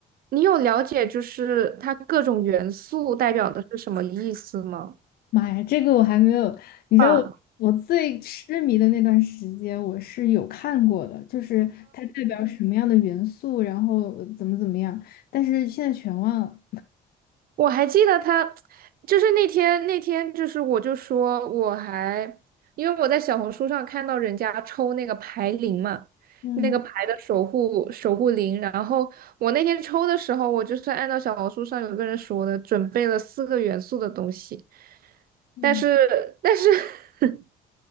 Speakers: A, on the right (about 60°); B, on the left (about 65°).
A: 你有了解就是它各种元素代表的是什么意思吗？
B: 妈呀，这个我还没有，你知道我我最痴迷的那段时间，
A: 啊，
B: 我是有看过的，就是它代表什么样的元素，然后怎么怎么样，但是现在全忘了。
A: 我还记得他，就是那天那天，就是我就说我还，因为我在小红书上看到人家抽那个牌灵嘛，
B: 嗯
A: 那个牌的守护守护灵，然后我那天抽的时候，我就是按照小红书上有个人说的，准备了四个元素的东西，
B: 嗯。
A: 但是但是 <laughs>